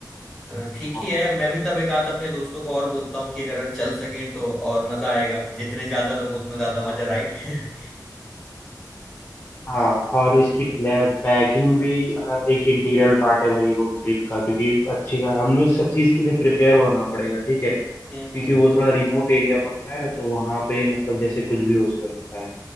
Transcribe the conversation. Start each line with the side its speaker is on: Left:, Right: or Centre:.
Centre: अ, ठीक
Left: हाँ
Centre: ही है मैं भी तब एक आध अपने दोस्तों को और बोलता हूँ कि अगर चल सकें तो और मजा आएगा जितने ज्यादा लोग उतना ज्यादा
Left: हाँ,
Centre: मजा राइट <laughs>
Left: हाँ, और इसकी पैकिंग भी अ, एक इंटीग्रल पार्ट है भाई रोड ट्रिप का क्योंकि अच्छी का हमें सब चीज़ के लिए प्रिपेयर होना पड़ेगा ठीक है
Centre: हम्म
Left: क्योंकि
Centre: हम्म
Left: वो थोड़ा रिमोट एरिया पड़ता है ना तो वहाँ पे मतलब जैसे कुछ भी हो सकता है